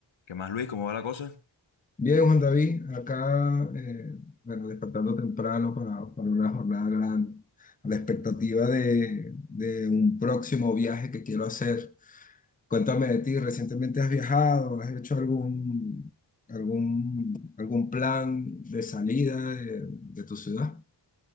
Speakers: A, on the left; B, on the left.
A: ¿Qué más, Luis? ¿Cómo va la cosa?
B: Bien, Juan David, acá, eh, bueno, despertando temprano para, para una jornada grande, a la expectativa de, de un próximo viaje que quiero hacer. Cuéntame de ti, ¿recientemente has viajado? ¿Has hecho algún, algún, algún plan de salida de, de tu ciudad?